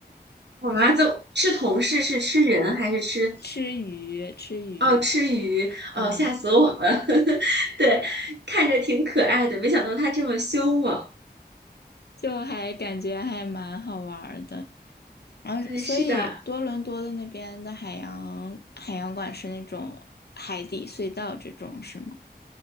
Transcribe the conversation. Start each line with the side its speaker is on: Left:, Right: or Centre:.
Right: 我妈就吃同事是吃人还是吃？
Left: <laughs> 吃鱼吃鱼，
Right: 哦，吃鱼，
Left: 嗯，
Right: 哦，吓死我了。<laughs> 对，看着挺可爱的，没想到他这么凶猛。
Left: 就还感觉还蛮好玩儿的。然后，
Right: 嗯，
Left: 所以多伦多的那边的海洋海洋馆是那种海底隧道这种是吗？
Right: 是的，